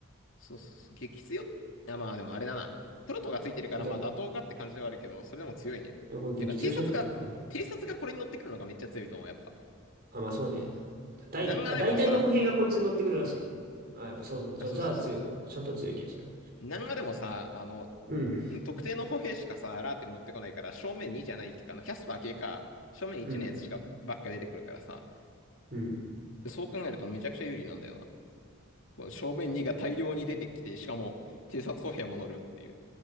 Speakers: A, on the left (about 70°); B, on the right (about 45°).
A: そうそう、激強あ、まあでもあれだな。プロトがついてるから、
B: 必要だろう。
A: まあ妥当かって感じではあるけど、それでも強いね。っていうか、
B: でもこれ激強じゃない割と。
A: 偵察が、偵察がこれに乗ってくるのがめっちゃ強いと思う、やっぱ。
B: あ、まあそうね。大、
A: 南ガでもさ、
B: あ、大体の歩兵がこいつに乗ってくるらしい。あ、やっぱそう。じゃあ、
A: あ、そうそうそう。
B: じゃあ強いな。ちゃんと強い気がする。
A: 南ガでもさ、あの、
B: うん、
A: うん特定の歩兵しかさ、ラーテに乗ってこないから、正面2じゃないか、あの、キャスパー系か、正面1のやつしかばっか出てくるからさ、
B: うん、うん、
A: そう考えるとめちゃくちゃ有利なんだよな。この正面2が大量に出てきて、しかも偵察歩兵も乗るっていう。